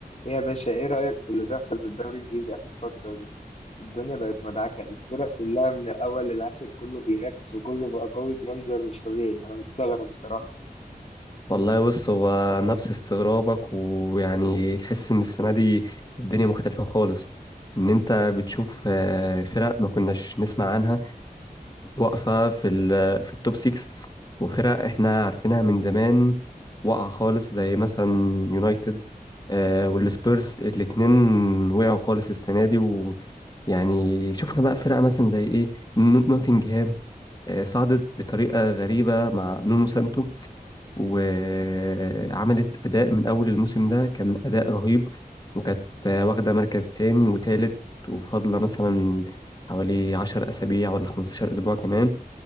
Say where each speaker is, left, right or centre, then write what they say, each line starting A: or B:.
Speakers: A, on the left (about 45°); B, on the left (about 25°).
A: إيه يا باشا ايه رأيك في اللي بيحصل في الدوري الانجليزي اخر فترة دي الدنيا بقت مدعكة الفرق كلها من الاول للعاشر كله بينافس وكله بقى قوي بمنظر مش طبيعي انا مستغرب الصراحة
B: والله بص هو نفس استغرابك ويعني تحس ان السنه دي الدنيا مختلفه خالص ان انت بتشوف آه، فرق ما كناش نسمع عنها واقفه في ال- في التوب 6 وفرق احنا عارفينها من زمان واقعه خالص زي مثلا يونايتد آه، والسبيرز الاتنين وقعوا خالص السنه دي ويعني شفنا بقى فرق مثلا زي ايه نو- نوتنجهام آه، صعدت بطريقه غريبه مع نونو سانتو وعملت أداء من أول الموسم ده كان أداء رهيب وكانت واخدة مركز تاني وتالت وفاضلة مثلا حوالي عشر أسابيع ولا خمستاشر أسبوع كمان